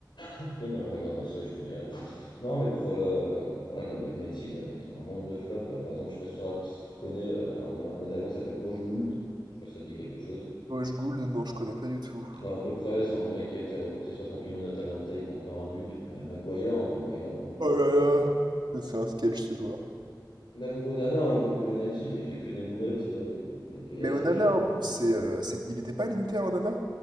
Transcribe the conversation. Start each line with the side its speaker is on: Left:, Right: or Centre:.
Left: bah, je regarderai ça et je te dirai. Non, mais le, pro- euh, ouais, le problème, euh, United, là, ils ont un nombre de flops. Euh, Par exemple, je sais pas si tu, te si tu te connais, euh, un, un attaquant qui s'appelle Højgård. Je sais pas si ça te dit quelque chose.
Right: Hoche Gould, non, je connais pas du tout.
Left: Ouais, à peu près, c'est un mec qui a été recruté 60 millions d'Atalanta, il plante pas un but. Il y a Maguire, hein, Maguire, voilà, on-
Right: Oh là
Left: je
Right: là,
Left: peux pas.
Right: c'est c'est un sketch ce joueur.
Left: Même Onana, hein, le goal de United, là, il fait que des boulettes, euh, ils l'ont ils l'ont payé
Right: Mais
Left: assez
Right: Onana,
Left: cher.
Right: en
Left: Donc...
Right: plus, c'est, euh, c'est- il n'était pas à l'Inter, Onana?